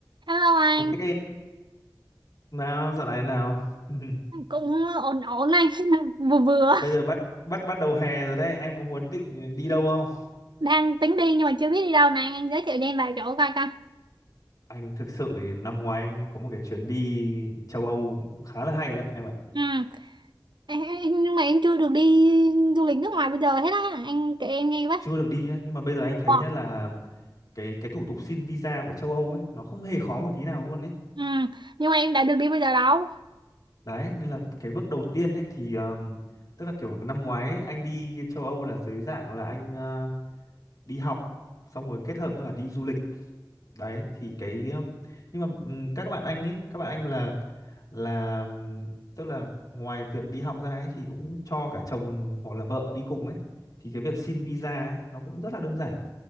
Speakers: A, on the right (about 75°); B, on the left (about 50°).
A: Hello anh,
B: Ok, nào dạo này nào. <laughs>
A: cũng ổn ổn anh, <laughs> vừa vừa
B: Bây giờ bắt bắt bắt đầu hè rồi đấy, em có muốn định đi đâu không?
A: đang tính đi nhưng mà chưa biết đi đâu này, anh giới thiệu cho em vài chỗ coi coi.
B: Anh thực sự thì năm ngoái anh có một cái chuyến đi châu Âu cũng khá là hay đấy em ạ.
A: Ừ, em- em- nhưng mà em chưa được đi du lịch nước ngoài bây giờ hết á, anh kể em nghe với.
B: Chưa được đi á, nhưng mà bây giờ anh thấy
A: Ồ,
B: nhá là cái cái thủ tục xin visa của châu Âu ấy nó không hề khó một tí nào luôn đấy.
A: Ừ, nhưng mà em đã được đi bây giờ đâu.
B: Đấy, nên là cái bước đầu tiên ấy thì um, tức là kiểu năm ngoái ấy, anh đi châu Âu là dưới dạng là anh ờ, đi học xong rồi kết hợp với cả đi du lịch đấy thì cái um, nhưng mà ừm, các bạn anh ấy các bạn anh là là ừm, tức là ngoài việc đi học ra ấy thì cũng cho cả chồng hoặc là vợ đi cùng ấy thì cái việc xin visa ấy nó cũng rất là đơn giản